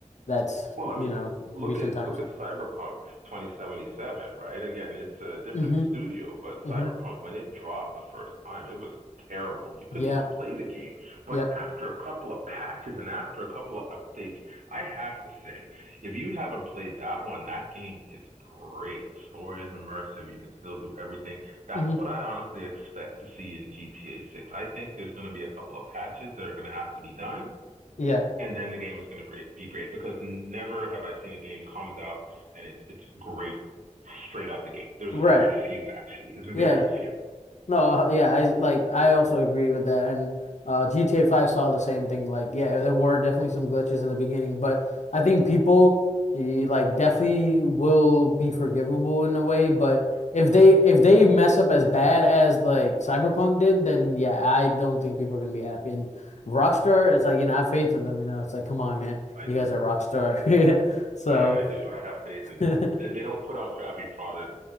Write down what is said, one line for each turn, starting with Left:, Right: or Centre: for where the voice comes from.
Left: that's,
Right: Well, I
Left: you
Right: mean,
Left: know,
Right: look
Left: recent
Right: at
Left: times.
Right: look at Cyberpunk 2077, right? Again, it's a different
Left: Mm-hmm.
Right: studio, but
Left: Mm-hmm.
Right: Cyberpunk, when it dropped the first time, it was terrible. You couldn't
Left: Yeah.
Right: even play the game. But
Left: Yep.
Right: after a couple of patches and after a couple of updates, I have to say, if you haven't played that one, that game is great. The story is immersive. You can still do everything. That's
Left: Mm-hmm.
Right: what I honestly expect to see in GTA 6. I think there's going to be a couple of patches that are going to have to be done
Left: Yeah.
Right: and then the game is going to great be great because never have I seen a game comes out and it's it's great straight out the gate. There's
Left: Right.
Right: very few actually. It's very
Left: Yeah.
Right: few.
Left: No, uh, yeah, I like I also agree with that. And uh GTA 5 saw the same thing. Like, yeah, there were definitely some glitches in the beginning, but I think people eh, like definitely will be forgivable in a way, but if they if they mess up as bad as like Cyberpunk did, then yeah, I don't think people are gonna be happy. And Rockstar, it's like, you know, I have faith in them, you know. It's like, come on, man.
Right: I
Left: You
Right: do.
Left: guys are Rockstar.
Right: Yeah,
Left: <laughs> So,
Right: I I do. I have faith
Left: <laughs>
Right: in them.
Left: yeah.
Right: They they don't put out crappy product